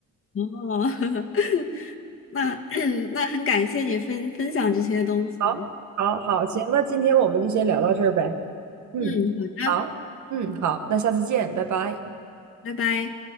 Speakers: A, on the left (about 45°); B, on the right (about 70°).
A: 哦，<laughs> 那 <clears throat> 那很感谢你分分享这些东西。
B: 好，好，好，行，那今天我们就先聊到这儿呗。嗯，
A: 嗯，好的，
B: 好，嗯，好，那下次见，拜拜。
A: 拜拜。